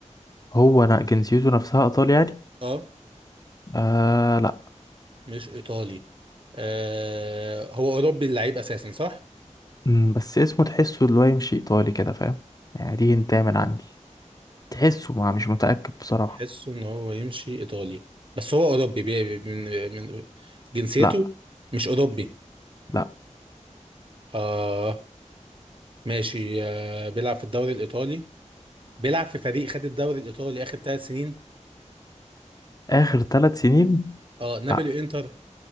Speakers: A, on the left; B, on the right.
A: هو أنا جنسيته نفسها إيطالي يعني
B: اه
A: آه لا
B: مش ايطالي آه هو اوروبي اللعيب اساسا صح
A: مم، بس اسمه تحسه اللي هو يمشي إيطالي كده فاهم يعني دي انت من عندي تحسه ما مش متأكد بصراحة
B: حسه ان هو يمشي ايطالي بس هو اوروبي بي بي- من من جنسيته
A: لا
B: مش اوروبي
A: لا
B: اه ماشي آه بيلعب في الدوري الايطالي بيلعب في فريق خد الدوري الايطالي اخر ثلاث سنين
A: آخر ثلاث سنين
B: اه نابولي
A: لا
B: انتر